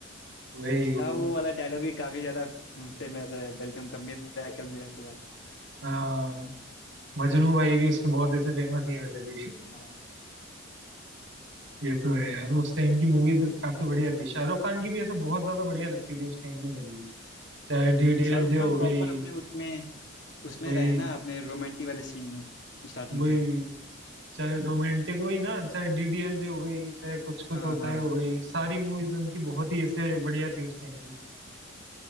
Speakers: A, on the right; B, on the left.
A: वही
B: उसका वो
A: तो
B: वाला डायलॉग भी काफी ज्यादा फेमस है वेलकम का मिराकल मिराकल वाला
A: हाँ मजनू भाई भी उसके बहुत ऐसे फेमस ही है वैसे भी <laughs>
B: हाँ
A: ये तो है यार उस टाइम की मूवीज काफी बढ़िया थी शाहरुख खान की भी ऐसे बहुत ज्यादा बढ़िया लगती थी उस टाइम की मूवीज चाहे
B: हम्म,
A: डीडीएलजे
B: शाहरुख
A: हो
B: खान प्रॉपर
A: गई
B: अपने उसमें उसमें
A: वही
B: रहे ना अपने रोमांटिक वाले सीन में स्टार्टिंग
A: वही
B: से
A: चाहे रोमांटिक वही ना चाहे डीडीएलजे हो गई चाहे कुछ कुछ
B: हाँ
A: होता
B: हाँ
A: है हो गई सारी मूवीज उनकी बहुत ही ऐसे बढ़िया थी उस टाइम की